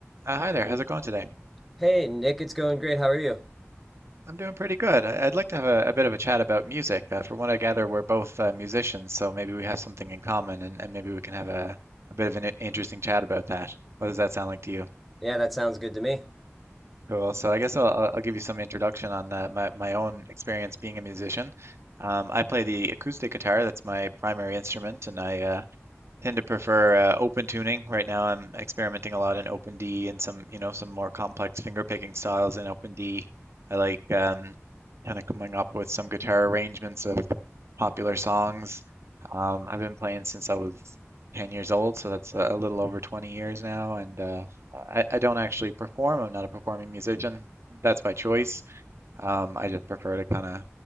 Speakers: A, on the right; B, in the centre.
A: Uh, hi there, how's it going today?
B: Hey, Nick, it's going great. How are you?
A: I'm doing pretty good. I- I'd like to have a, a bit of a chat about music. Uh, from what I gather, we're both uh, musicians, so maybe we have something in common and, and maybe we can have a, a bit of an i- interesting chat about that. What does that sound like to you?
B: Yeah, that sounds good to me.
A: Cool. So I guess I'll, I'll I'll give you some introduction on uh, my, my own experience being a musician. Um, I play the acoustic guitar, that's my primary instrument, and I, uh, tend to prefer uh, open tuning. Right now, I'm experimenting a lot in OpenD and some, you know, some more complex finger picking styles in OpenD. I like um, kind of coming up with some guitar arrangements of popular songs. Um, I've been playing since I was 10 years old, so that's a, a little over 20 years now. And uh, I, I don't actually perform. I'm not a performing musician. That's by choice. Um, I just prefer to kind of